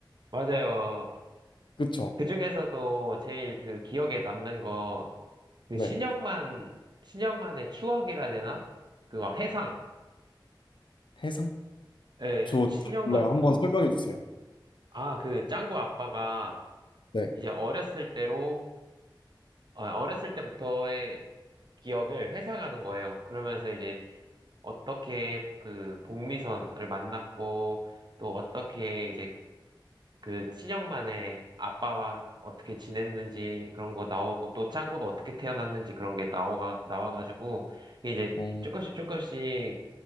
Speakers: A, on the right; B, on the left.
A: 맞아요.
B: 그쵸?
A: 그 중에서도 제일 그 기억에 남는 거, 그
B: 네.
A: 신영만, 신영만의 추억이라 되나? 그 막 해상.
B: 해상?
A: 예,
B: 저
A: 수- 신영만,
B: 몰라요. 한번 설명해 주세요.
A: 아, 그 짱구 아빠가
B: 네.
A: 이제 어렸을 때로 어, 어렸을 때부터의 기억을 회상하는 거예요. 그러면서 이제 어떻게 그 복미선을 만났고 또 어떻게 이제 그 친형만의 아빠와 어떻게 지냈는지 그런 거 나오고 또 짱구가 어떻게 태어났는지 그런 게 나오가 나와가지고 이제
B: 어,
A: 조금씩 조금씩